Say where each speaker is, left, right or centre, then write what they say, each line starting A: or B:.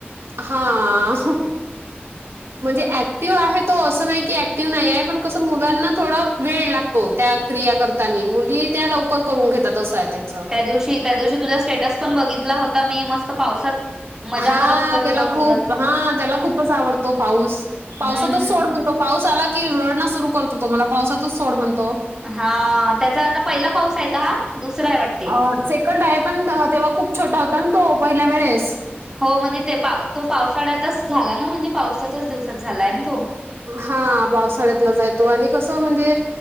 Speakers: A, on the right (about 75°); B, on the right (about 15°).
A: हा. म्हणजे ऍक्टिव आहेत तो अस नाही की ऍक्टिव नाहीय पण कस मुलांना थोडा वेळ लागतो त्या क्रिया कर त्यांनी मुली त्या लवकर करून घेतात असं आहे त्यांच
B: त्या दिवशी त्या दिवशी तुझ्या स्टेटस पण बघितला होता मी मस्त पावसात. मजा
A: हा
B: करत होता तुझा
A: त्याला
B: मुलगा
A: खूप
B: तर
A: हा त्याला खूपच आवडतो पाऊस पावसातच
B: हम्म
A: सोड म्हणतो. पाऊस आला की रडण सुरू करतो तो मला पावसातच सोड म्हणतो.
B: हा त्याचा आता पहिला पाऊस आहे का हा दुसरा आहे वाटते.
A: अ, सेकंड आहे पण तेव्हा खूप छोटा होता आणि तो पहिल्या वेळेस.
B: हो म्हणजे ते पा तो पावसाळ्यातच झाला ना म्हणजे पावसाच्याच दिवसात झालाय ना तो.
A: हा पावसाळ्यातलाच आहे तो आणि कसं म्हणजे